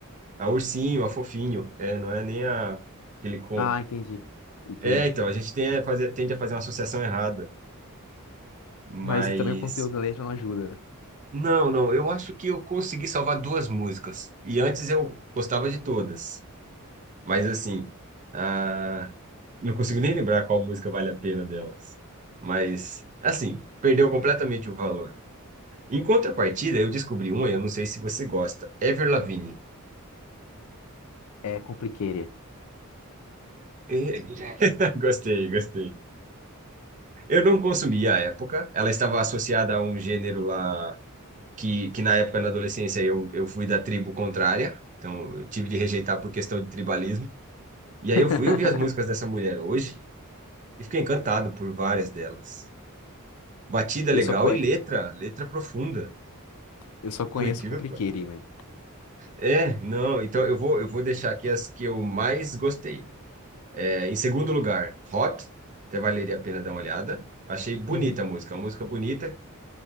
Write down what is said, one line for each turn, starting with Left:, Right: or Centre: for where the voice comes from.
Right: a ursinho, a fofinho, é, não é nem a, aquele com.
Left: Ah, entendi. Entendi.
Right: É, então, a gente tem a fazer, tende a fazer uma associação errada, mas.
Left: Mas também o conteúdo da letra não ajuda.
Right: Não, não, eu acho que eu consegui salvar duas músicas. E antes eu gostava de todas. Mas assim, ah, não consigo nem lembrar qual música vale a pena delas. Mas, assim, perdeu completamente o valor. Em contrapartida, eu descobri uma, eu não sei se você gosta, Ever Lavigne.
Left: É complicated.
Right: <laughs> Gostei, gostei. Eu não consumi à época. Ela estava associada a um gênero lá que, que na época, na adolescência, eu, eu fui da tribo contrária. Então, eu tive de rejeitar por questão de tribalismo. E aí
Left: <laughs>
Right: eu fui ouvir as músicas dessa mulher hoje e fiquei encantado por várias delas. Batida
Left: Eu
Right: legal
Left: só conheço,
Right: e letra, letra profunda,
Left: eu só conheço
Right: por incrível
Left: complicated,
Right: que pareça.
Left: mano.
Right: É, não, então eu vou, eu vou deixar aqui as que eu mais gostei. É, em segundo lugar, Hot, até valeria a pena dar uma olhada. Achei bonita
Left: Uhum.
Right: a música, uma música bonita.